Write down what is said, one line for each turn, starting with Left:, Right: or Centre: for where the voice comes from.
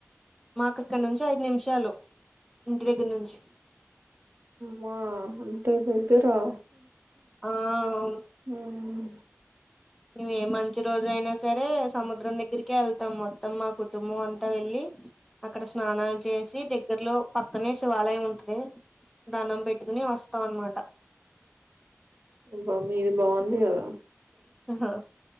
Centre: మాకు ఇక్కడ నుంచి ఐదు నిమిషాలు ఇంటి దెగ్గర నుంచి
Right: మ్మా అంత దెగ్గరా?
Centre: ఆ అవును
Right: ఉమ్
Centre: మేము ఏ మంచి రోజు అయినా సరే సముద్రం దగ్గరికే వెళ్తాం మొత్తం మా కుటుంబం అంతా వెళ్ళి అక్కడ స్నానాలు చేసి దగ్గరలో పక్కనే శివాలయం ఉంటది దండం పెట్టుకుని వస్తు వస్తాం అన్నమాట
Right: ఆబ్బా మీది బాగుంది కదా
Centre: ఆహ